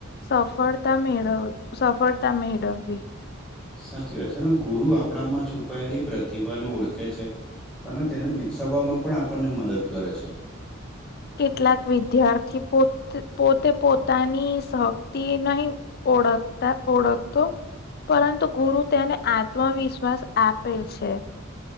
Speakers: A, on the left; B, in the centre.
A: સફળતા મેળ સફળતા મેળવવી.
B: સાચી વાત છે ને ગુરુ આપણામાં છુપાયેલી પ્રતિભાને ઓળખે છે. અને તેને વિકસાવવામાં પણ આપણને મદદ કરે છે.
A: કેટલાક વિદ્યાર્થી પો પોતે પોતાની શક્તિ નહીં ઓળખતા ઓળક તો પરંતુ ગુરુ તેને આત્મવિશ્વાસ આપે છે.